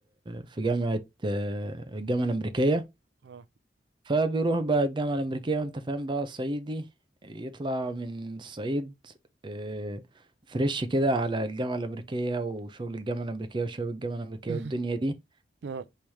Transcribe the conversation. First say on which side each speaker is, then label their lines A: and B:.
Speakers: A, on the right; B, on the right.
A: في جامعة الجامعة الأمريكية
B: اه
A: فبيروح بقى الجامعة الأمريكية وأنت فاهم بقى الصعيدي يطلع من الصعيد آه، فريش كده على الجامعة الأمريكية وشغل الجامعة الأمريكية وشباب الجامعة الأمريكية
B: <laughs>
A: والدنيا دي
B: اه